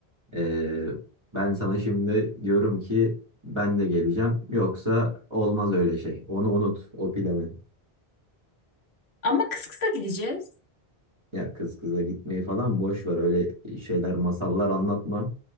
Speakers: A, on the right; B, on the left.
A: Ee, ben sana şimdi diyorum ki ben de geleceğim. Yoksa olmaz öyle şey. Onu unut o planı.
B: Ama kıs kısa gideceğiz.
A: Ya kız kıza gitmeyi falan boş ver. Öyle şeyler masallar anlatma.